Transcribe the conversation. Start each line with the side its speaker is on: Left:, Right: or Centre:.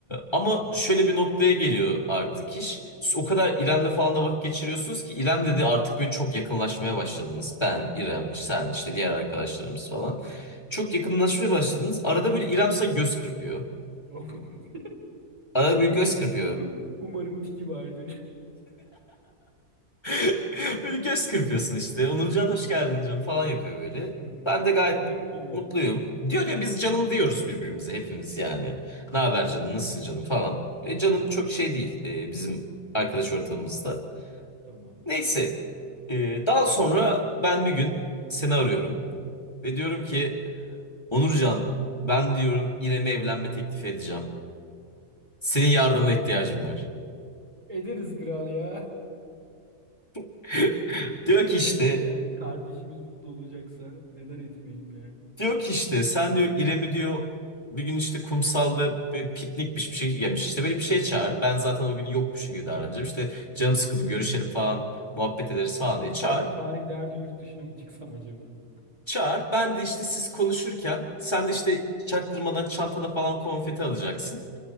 Left: ama şöyle bir noktaya geliyor artık iş. Siz o kadar İrem'le falan da vakit geçiriyorsunuz ki İrem dedi artık böyle çok yakınlaşmaya başladınız. Ben, İrem, sen
Right: Hı
Left: işte
Right: hı.
Left: diğer arkadaşlarımız falan. Çok yakınlaşmaya başladınız. Arada böyle İrem size göz kırpıyor.
Right: <laughs>
Left: Arada bir
Right: Umarım
Left: göz kırpıyor.
Right: umarım tiki vardır.
Left: <laughs> Böyle göz kırpıyorsun işte. Onurcan hoş geldin canım falan yapıyor böyle.
Right: Hı hı.
Left: Ben de gayet
Right: Canım diyor.
Left: mutluyum. Diyor ya biz
Right: Allah.
Left: canım diyoruz birbirimize hepimiz yani. Ne haber canım nasılsın canım falan. E, canım
Right: Hı hı,
Left: çok şey değil e, bizim arkadaş ortamımızda.
Right: tamam.
Left: Neyse e, daha sonra ben bir gün seni arıyorum. Ve diyorum ki Onurcan ben diyorum İrem'e evlenme teklifi edeceğim. Senin yardımına ihtiyacım var.
Right: Ederiz kral ya.
Left: <laughs>
Right: <laughs>
Left: Diyor ki
Right: Ederiz
Left: işte
Right: ya. Kardeşimiz mutlu olacaksa neden etmeyelim yani?
Left: Diyor ki işte sen diyor İrem'i diyor bir gün işte kumsalda bir piknikmiş bir şey yemiş. İşte böyle bir şeye çağır. Ben zaten o gün yokmuşum gibi davranacağım. İşte canım
Right: Hmm.
Left: sıkıldı görüşelim falan muhabbet ederiz falan diye çağır.
Right: Ben o tarihlerde yurt dışına mı çıksam acaba?
Left: Çağır. Ben de işte siz konuşurken sen de işte çaktırmadan çantana falan konfeti alacaksın.